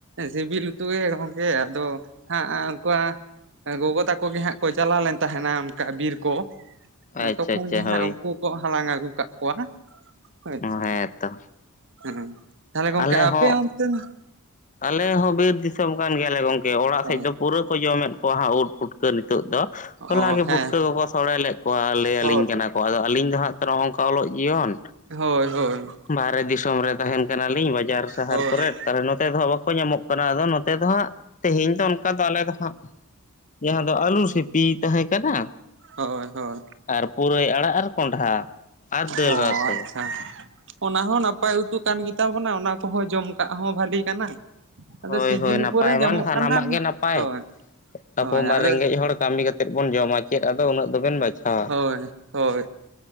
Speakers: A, on the right; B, on the left.
A: ᱥᱤᱵᱤᱞ ᱩᱛᱩ ᱜᱮ ᱜᱚᱢᱠᱮ ᱟᱫᱚ ᱦᱟᱸᱜ ᱩᱱᱠᱟ ᱜᱚᱜᱚ ᱛᱟᱠᱚ ᱜᱮ ᱦᱟᱸᱜ ᱠᱚ ᱪᱟᱞᱟᱣ ᱞᱮᱱ ᱛᱟᱦᱮᱸᱱᱟ ᱚᱱᱠᱟ ᱵᱤᱨ ᱠᱚ,
B: ᱟᱪᱪᱷᱟ
A: ᱛᱚᱠᱷᱚᱱ
B: ᱟᱪᱪᱷᱟ
A: ᱜᱮ
B: ᱦᱳᱭ
A: ᱦᱟᱸᱜ ᱩᱱᱠᱩ ᱠᱚ ᱦᱟᱞᱟᱝ ᱟᱹᱜᱩ ᱠᱟᱜ ᱠᱚᱣᱟ ᱦᱚᱭ ᱪᱮ
B: ᱦᱮᱸᱛᱚ
A: ᱦᱮᱸ᱾ ᱛᱟᱦᱚᱞᱮ ᱜᱚᱝᱠᱮ
B: ᱟᱞᱮ
A: ᱟᱯᱮ
B: ᱦᱚᱸ
A: ᱚᱱᱛᱮᱱ
B: ᱟᱞᱮ ᱦᱚᱸ ᱵᱤᱨ ᱫᱤᱥᱚᱢ ᱠᱟᱱ ᱜᱮᱭᱟ ᱞᱮ ᱜᱚᱢᱠᱮ, ᱚᱲᱟᱜ
A: ᱦᱳᱭ
B: ᱥᱮᱡ ᱫᱚ ᱯᱩᱨᱟᱹ ᱠᱚ ᱡᱚᱢᱮᱫ ᱠᱚᱣᱟ ᱦᱟᱸᱜ ᱩᱫᱽ, ᱯᱩᱴᱠᱟᱹ ᱱᱤᱛᱚᱜ ᱫᱚ
A: ᱚ
B: ᱦᱚᱞᱟᱜ ᱜᱮ
A: ᱦᱮᱸ
B: ᱯᱩᱴᱠᱟᱹ ᱠᱚᱠᱚ ᱥᱚᱲᱮ ᱞᱮᱫ ᱠᱚᱣᱟ ᱞᱟᱹᱭ
A: ᱦᱳᱭ
B: ᱟᱹᱞᱤᱧ ᱠᱟᱱᱟ ᱠᱚ, ᱟᱫᱚ ᱟᱹᱞᱤᱧ ᱫᱚ ᱦᱸᱟᱜ ᱛᱚ ᱱᱚᱜ ᱱᱚᱝᱠᱟ ᱚᱞᱚᱜ ᱡᱤᱭᱚᱱ
A: ᱦᱳᱭ ᱦᱳᱭ᱾
B: ᱵᱟᱨᱦᱮ ᱫᱤᱥᱚᱢ ᱨᱮ ᱛᱟᱸᱦᱮᱱ ᱠᱟᱱᱟ ᱞᱤᱧ ᱵᱟᱡᱟᱨ ᱥᱟᱦᱟᱨ
A: ᱦᱳᱭ
B: ᱠᱚᱨᱮᱫ, ᱛᱟᱦᱚᱞᱮ ᱱᱚᱛᱮ ᱫᱚᱦᱟᱸᱜ ᱵᱟᱠᱚ ᱧᱟᱢᱚᱜ ᱠᱟᱱᱟ, ᱟᱫᱚ ᱱᱚᱛᱮ ᱫᱚ ᱦᱟᱸᱜ ᱛᱮᱦᱤᱧ ᱫᱚ ᱚᱱᱠᱟ ᱫᱚ ᱟᱞᱮ ᱫᱚ ᱦᱟᱸᱜ ᱡᱟᱦᱟᱸ ᱫᱚ ᱟᱹᱞᱩ ᱥᱤᱯᱤ ᱛᱟᱦᱮᱸ ᱠᱟᱱᱟ
A: ᱦᱳᱭ ᱦᱳᱭ᱾
B: ᱟᱨ ᱯᱩᱨᱟᱹᱭ ᱟᱲᱟᱜ ᱟᱨ ᱠᱚᱸᱰᱷᱟ ᱟᱨ ᱫᱟᱹᱞ
A: ᱚ
B: ᱨᱟᱥᱮ᱾
A: ᱟᱪᱪᱷᱟ ᱚᱱᱟ ᱦᱚᱸ ᱱᱟᱯᱟᱭ ᱩᱛᱩ ᱠᱟᱱ ᱜᱮ ᱛᱟᱵᱚᱱᱟ ᱚᱱᱟ ᱠᱚᱦᱚᱸ ᱡᱚᱢ ᱠᱟᱜ ᱦᱚᱸ ᱵᱷᱟᱞᱤ ᱠᱟᱱᱟ᱾ ᱟᱫᱚ
B: ᱦᱳᱭ
A: ᱥᱤᱡᱤᱱ
B: ᱦᱳᱭ
A: ᱩᱯᱚᱨᱮ
B: ᱱᱟᱯᱟᱭ
A: ᱧᱟᱢᱚᱜ
B: ᱢᱟ ᱱᱟᱜ ᱥᱟᱱᱟᱢᱟᱜ
A: ᱠᱟᱱᱟ
B: ᱜᱮ ᱱᱟᱯᱟᱭ᱾
A: ᱦᱳᱭ
B: ᱛᱟᱯᱚᱨ
A: ᱦᱳᱭ
B: ᱢᱟ
A: ᱟᱫᱚ
B: ᱨᱮᱸᱜᱮᱡ ᱦᱚᱲ ᱠᱟᱹᱢᱤ ᱠᱟᱛᱮᱫ ᱵᱚᱱ ᱡᱚᱢᱟ, ᱪᱮᱫ ᱟᱫᱚ ᱩᱱᱟᱹᱜ ᱫᱚᱵᱮᱱ ᱵᱟᱪᱷᱟᱣᱟ᱾
A: ᱦᱳᱭ ᱦᱳᱭ᱾